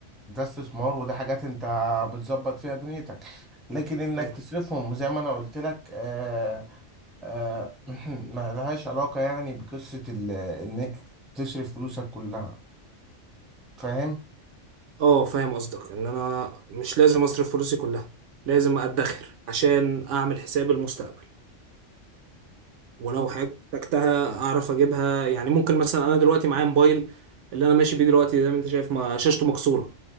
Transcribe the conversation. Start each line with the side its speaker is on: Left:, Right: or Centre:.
Centre: ده استثمار وده حاجات انت بتظبط فيها دنيتك لكن انك
Right: مم.
Centre: تصرفهم زي ما انا قلت لك آه، آه، <clears throat> ما لهاش علاقة يعني بقصة ال- انك تصرف فلوسك كلها فاهم
Right: اه فاهم قصدك ان انا مش لازم اصرف فلوسي كلها لازم ادخر عشان اعمل حساب المستقبل ولو حاجه احتجتها اعرف اجيبها يعني ممكن مثلا انا دلوقتي معايا موبايل اللي انا ماشي بيه دلوقتي زي ما انت شايف ما شاشته مكسوره